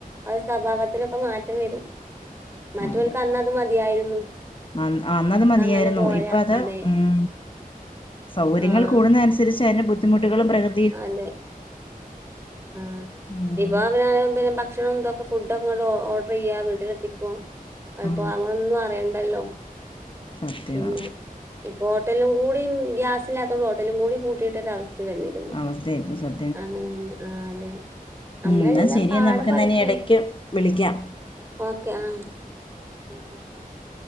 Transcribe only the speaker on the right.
ഓരെ സ്വഭാവത്തിലൊക്കെ മാറ്റം വെരും മറ്റോൽക്ക്
അന്ന്അത് മതിയായിരുന്നു
ഇപ്പ
അങ്ങനെ പോരാ
അതെ
ആഹ്
അതെ ആഹ്
ഇപ്പൊ അവര് പിന്നെ ഭക്ഷണം എന്തൊക്കെ ഫുഡ് ഒക്കെ ഇങ്ങോട്ട് ഓർഡർ ചെയ്യുക വീട്ടിലെത്തിക്കും അപ്പോ
നമ്മളൊന്നും അറിയണ്ടല്ലോ
പിന്നെ ഇപ്പൊ ഹോട്ടലിലും കൂടിയും ഗ്യാസില്ലാത്തതുകൊണ്ട് ഹോട്ടലും കൂടി പൂട്ടിയിട്ടൊരു അവസ്ഥ വന്നിരുന്നു
അങ്ങനെ തന്നെ ആഹ് അതെ നമ്മളെല്ലാം
പാടെ
പഠിക്കാണ്
ഓക്കെ ആഹ് <inaudible>